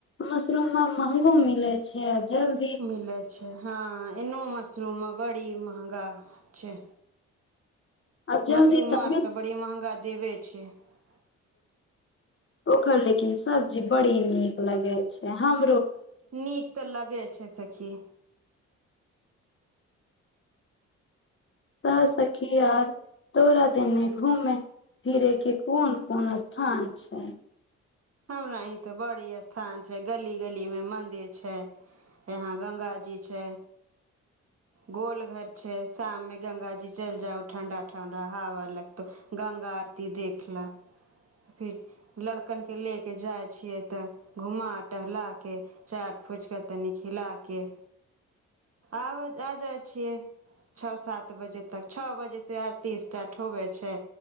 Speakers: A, on the left; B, on the right.
A: मशरूममे महगो मिलैत छै जल्दी
B: मिले छै हँ एनो मस्त मशरूम बड़ी महगा छै
A: आ जल्दी
B: मशरूम
A: तऽ
B: हारत बड़ी महगा दे बेच प छ
A: ओकर लेकिन सब्जी बड़ी नीक लगे छै हम
B: नीक तऽ लगे छै सखी
A: स सखी आर तोड़ा देने घूमे फिरे के कोन कोन स्थान छै
B: हमरा ई तऽ बड़ी स्थान छै गली गली मे मंदिर छै यहा गंगााजी छै गोलघर छै शाम में गंगा जी चलि जाहो ठंडा ठंडा हवा लगतौ गंगा आरती देख ल फिर लड़कन के ले के जाइ छियै तऽ घुमा टहला के चाट फुचका के तनि खिला के आ जा जाइ छियै छओ सात बजे तक छओ बजे से आरती स्टार्ट होबे छै